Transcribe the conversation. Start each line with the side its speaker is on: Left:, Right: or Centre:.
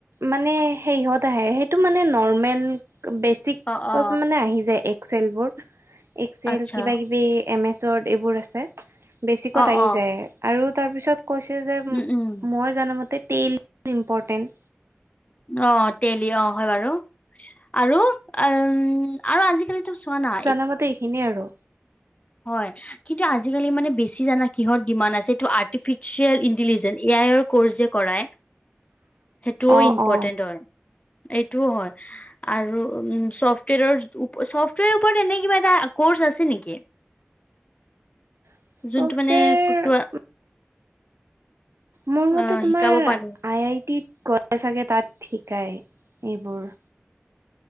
Right: মানে সেইহত আহে, সেইটো মানে নৰ্মেল বেছ তিকত
Left: অ অ অ
Right: মানে আহি যায় এক্সেলবোৰ, এক্সেল
Left: আচ্ছা
Right: কিবা-কিবি এম এছ ৱৰ্ড এইবোৰ আছে। বেছিকত
Left: অ
Right: আহি
Left: অ
Right: যায় আৰু তাৰপিছত কৈছে যে,
Left: উম উম
Right: মই জান মতে টেলি ইম্পৰ্টেণ্ট।
Left: অ, টেলি অ, হয় বাৰু আৰু অ, আৰু আজিকালিটো চোৱা না
Right: বতে এইখিনিয়ে আৰু।
Left: হয়। কিন্তু আজিকালি মানে বেছি জানা কিহত ডিমাণ্ড আছে? এইটো আৰ্টিফিচিয়েল ইণ্টেলিজেঞ্চ এ আইৰ আৰু কোৰ্চ যে কৰাই সেইটোও
Right: অ',
Left: ইম্পৰ্টেণ্ট
Right: অ'।
Left: হয়, এইটোও হয়। আৰু উম, ছফ্টৱেৰৰ ওপ ছফ্টৱেৰৰ ওপৰত এনে কিবা এটা কৰ্চ আছে নেকি?
Right: ছফ্টৱেৰ
Left: যোনটো মানে কিবা
Right: মোৰ মতে,
Left: অ
Right: তোমাৰ
Left: শিকাব পাৰে
Right: আই-আই টিত গ'লে চাগে তাত শিকায় এইবোৰ।